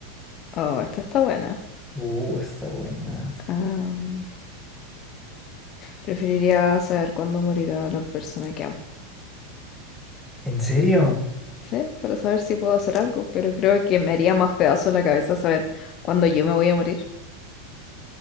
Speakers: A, on the left; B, in the centre.
A: Oh, esta está buena.
B: Uh, está buena.
A: Am, preferiría saber cuándo morirá la persona que amo.
B: ¿En serio?
A: Sí, para saber si puedo hacer algo, pero creo que me haría más pedazo la cabeza saber cuándo yo me voy a morir.